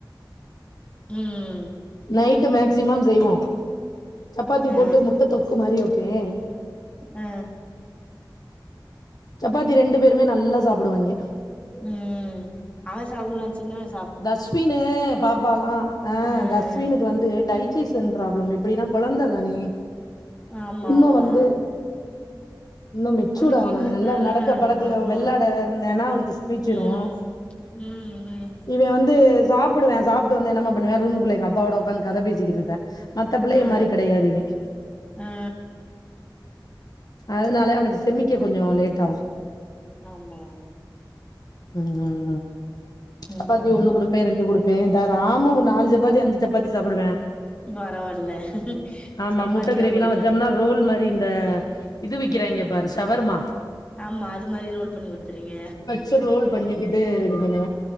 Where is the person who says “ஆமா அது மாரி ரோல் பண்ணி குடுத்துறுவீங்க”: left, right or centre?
Left